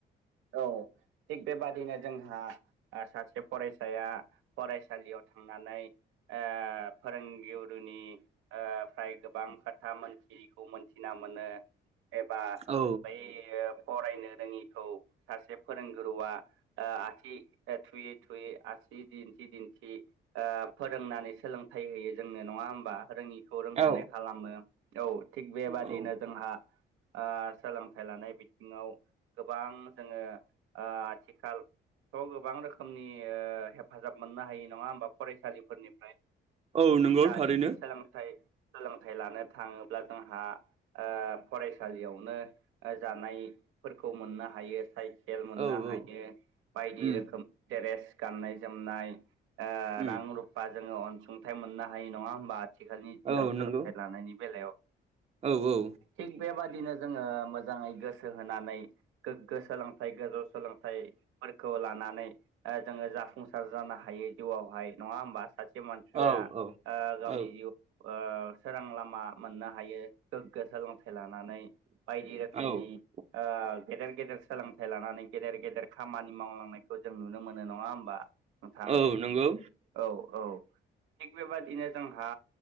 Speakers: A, on the right (about 80°); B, on the right (about 30°).
A: औ थिग बेबादिनो जोंहा सासे फरायसाया फरायसालियाव थांनानै ओ फोरोंगिरिुनि ओ फ्राय गोबां खोथा मोनथियखौ मोनथिना मोनो एबा
B: औ
A: बै फरायनो रोङिखौ सासे फोरोंगुरुआ ओ आसि थुयै थुयै आसि दिन्थि दिन्थि ओ फोरोंनानै सोलोंथाइ होयो जोंनो नङा होमबा रोङिखौ रोंहोनाय
B: औ
A: खालामो औ थिग बेबादिनो
B: औ
A: जोंहा ओ सोलोंथाइ लानाय बिथिङाव गोबां जोङो ओ आथिखाल थ' गोबां रोखोमनि हेफाजाब मोननो हायो नङा होमबा फरायसालिफोरनिफ्राय
B: औ नंगौ
A: जानिखि
B: थारैनो
A: सोलोंथाइ सोलोंथाइ लानो थाङोब्ला जोंहा ओ फरायसालियावनो जानायफोरखौ मोननो हायो साइकेल मोननो
B: औ
A: हायो
B: औ
A: बायदि
B: उम
A: रोखोमनि द्रेस गाननाय जोमनाय ओ
B: उम
A: रां रुफा जोङो अनसुंथाइ मोननो हायो नङा होमबा आथिखालनि दिनाव
B: औ
A: सोलोंथाइ
B: नंगौ
A: लानायनि बेलायाव
B: औ औ
A: थिग बेबादिनो जोङो मोजाङै गोसो होनानै गोग्गो सोलोंथाइ गोजौ सोलोंथाइ फोरखौ लानानै जोङो जाफुंसार जानो हायो जिउआवहाय नङा होमबा सासे मान सिया
B: औ औ
A: ओ गावनि
B: औ
A: जिउ ओ सोरां लामा मोननो हायो गोग्गो सोलोंथाइ लानानै बायदि रोखोमनि
B: औ
A: ओ गेदेर गेदेर सोलोंथाइ लानानै गेदेर गेदेर खामानि मावलांनायखौ जों नुनो मोनो नङा होमबा नोंथां
B: औ नंगौ
A: औ औ थिग बेबादिनो जोंहा